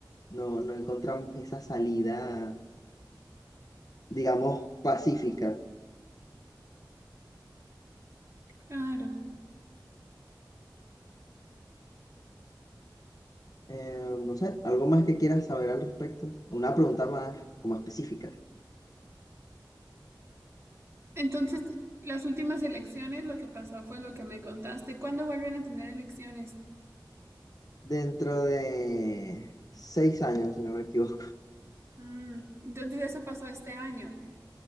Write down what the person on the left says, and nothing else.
no, no encontramos esa salida, digamos, pacífica.
Eh, no sé, algo más que quieras saber al respecto. Una pregunta más como específica.
Dentro de seis años, si no me equivoco. <laughs>